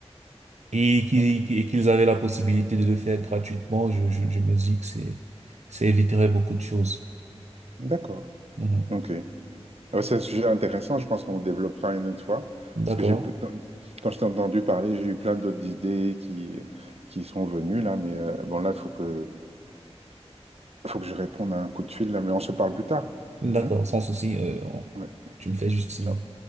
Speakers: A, on the right (about 85°); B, on the right (about 65°).
A: et qui,
B: ok,
A: qui- et qu'ils avaient la possibilité de le faire gratuitement, je, je, je me dis que c'est, ça éviterait beaucoup de choses.
B: d'accord,
A: Mhm.
B: ok. Ouais, C'est un sujet intéressant, je pense qu'on le développera une autre fois,
A: D'accord,
B: parce que j'ai pu- quand, quand je t'ai entendu parler, j'ai eu plein d'autres idées qui, qui sont venues là, mais euh, bon là, il faut que, faut que je réponde à un coup de fil là, mais on se parle plus tard.
A: d'accord,
B: Hmm
A: sans souci. euh, on-
B: Ouais,
A: tu me fais juste signe.
B: ça-